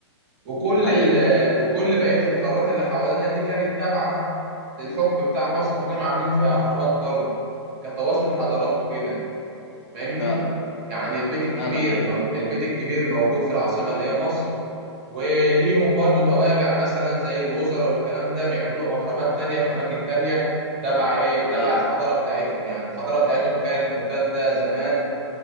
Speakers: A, on the right; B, on the left.
A: وكل
B: أيوه
A: ال... وكل بقية القارات اللي حوالينا دي كانت تابعة للحكم بتاع مصر فكانوا عاملين فيها أهرامات برضه كتواصل حضارات وكده فاهمني؟
B: فعلا
A: يعني البيت الكبير
B: فعلا أيوه
A: ما... البيت الكبير موجود في العاصمة اللي هي مصر وليهم برضه توابع مثلا زي الوزراء والكلام ده بيعملوا لهم أهرامات تانية في أماكن تانية تبع إيه؟ تبع
B: أيوه
A: الحضارة بتاعتهم يعني الحضارة بتاعتهم كانت ممتدة زمان